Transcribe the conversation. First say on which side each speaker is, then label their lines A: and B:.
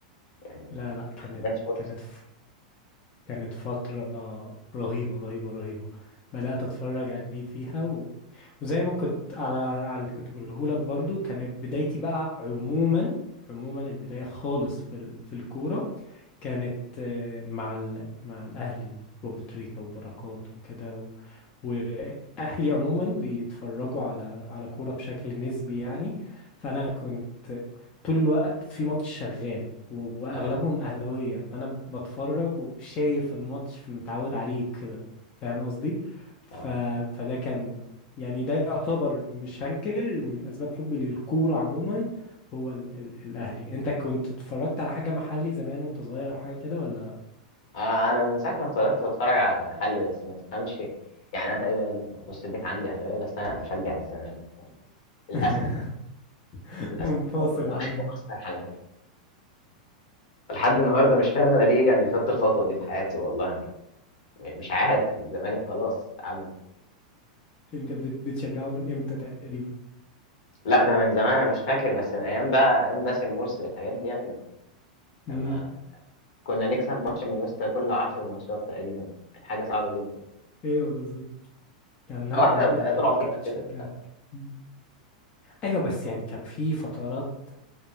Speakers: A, on the left (about 65°); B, on the left (about 30°).
A: يعني
B: لا لا
A: ما
B: كانت
A: ما جاتش فرصه
B: كانت كانت فترة رهيبة رهيبة رهيبة بدأت أتفرج عليه فيها و... وزي ما كنت على على اللي كنت بقولهولك برضو كانت بدايتي بقى عموما عموما البداية خالص في ال... في الكورة كانت آه، مع ال... مع الأهلي وأبو تريكة وبركات وكده و... وأهلي عموما بيتفرجوا على على كورة بشكل نسبي يعني فأنا كنت طول الوقت في ماتش شغال و- واغلبهم
A: اه
B: اهلاويه فانا بتفرج وشايف الماتش فمتعود عليه وكده فاهم قصدي ف...
A: اه
B: فده كان يعني ده يعتبر مش هنكر من اسباب حبي للكوره عموما هو ال... ال... الاهلي انت كنت اتفرجت على حاجه محلي زمان وانت صغير او حاجه كده ولا لا
A: آه، انا من ساعه ما اتولدت بتفرج على محلي بس ما تفهمش يعني انا تقريبا نص البيت عندي اهلاويه بس انا بشجع الزمالك للاسف
B: <laughs>
A: للاسف
B: منفصل
A: الموضوع ده
B: عنهم
A: مؤثر عليا لحد النهارده مش فاهم انا ليه يعني خدت الخطوه دي في حياتي والله يعني م- مش عارف الزمالك خلاص تعبني
B: انت بت... بتشجعه من امتى تقريبا
A: لا ده من زمان انا مش فاكر بس من ايام بقى ايام باسم مرسي والحاجات دي يعني
B: امم
A: لما كنا نكسب ماتش من وسط كل عشر ماتشات تقريبا كانت حاجة صعبة جدا
B: ايوه بالظبط كان لا
A: او احنا
B: ده انت
A: طول
B: كنت
A: عمرنا
B: بتشجع
A: كده للأسف.
B: مم. ايوه بس يعني كان في فترات